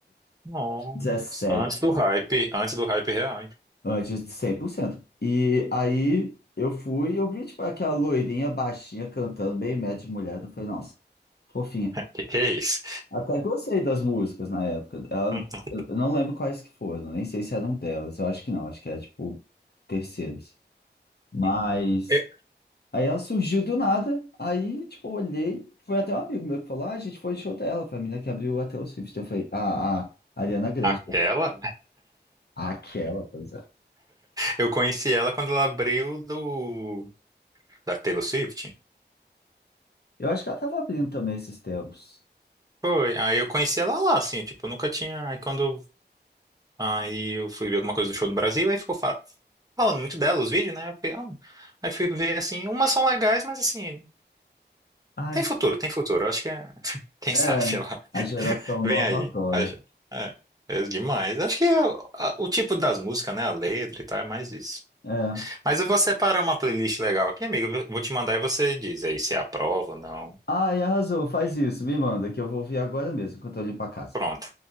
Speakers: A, on the right; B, on the left.
A: Nossa.
B: dezessete
A: Antes do hype, antes do hype real, hein?
B: Antes de cem por cento E aí eu fui e eu vi, tipo, aquela loirinha baixinha cantando, meio metro de mulher. Eu falei, nossa, fofinha.
A: Que que é isso?
B: Até gostei das músicas na época. Ela,
A: <laughs>
B: eu não lembro quais que foram, nem sei se eram delas. Eu acho que não, acho que era, tipo, terceiras. Mas
A: Uhum. Eu-
B: aí ela surgiu do nada, aí, tipo, eu olhei. Foi até um amigo meu que falou, ah, a gente foi de show dela, foi a menina que abriu até o Swift. Eu falei, ah, a a Ariana Grande.
A: Aquela?
B: Eu falei, Aquela, pois é.
A: Eu conheci ela quando ela abriu do da Taylor Swift.
B: Eu acho que ela tava abrindo também esses tempos.
A: Foi, aí eu conheci ela lá, assim, tipo, eu nunca tinha. Aí quando Aí eu fui ver alguma coisa do show do Brasil, aí ficou fa- falando muito dela, os vídeos, né? Eu fiquei, ah. Aí fui ver assim, umas são legais, mas assim,
B: Ah,
A: tem futuro, tem futuro. Eu acho que é. <laughs> Quem
B: É,
A: sabe ela
B: a geração
A: vem
B: nova
A: aí.
B: adora.
A: Acho... É, é demais. Acho que é o a- o tipo das músicas, né? A letra e tal, é mais isso.
B: É.
A: Mas eu vou separar uma playlist legal aqui, amigo. Eu Vou te mandar e você diz aí se aprova ou não.
B: Ai, arrasou, faz isso, me manda, que eu vou ouvir agora mesmo, enquanto eu limpo a casa.
A: Pronto.